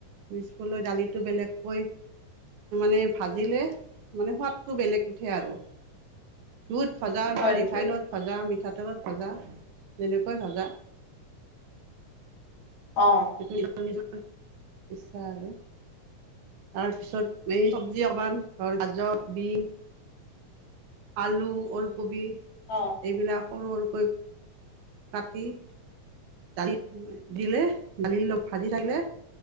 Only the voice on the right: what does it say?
মিক্স কৰি লৈ দালিটো বেলেগকৈ মানে ভাজিলে মানে সোৱাদটো বেলেগ উঠে আৰু। ঘিউত ভাজা বা
ৰিফাইনত
ভাজা, মিঠাতেলত ভাজা যেনেকৈ ভাজা। <unintelligible>
নিজৰ নিজৰ ইচ্ছা আৰু। তাৰপিছত এই চব্জি অকমান ধৰ গাজৰ বিন আলু, ওলকবি
এইবিলাক সৰু সৰুকৈ কাটি দালিত দিলে, দালি অলপ ভাজি থাকিলে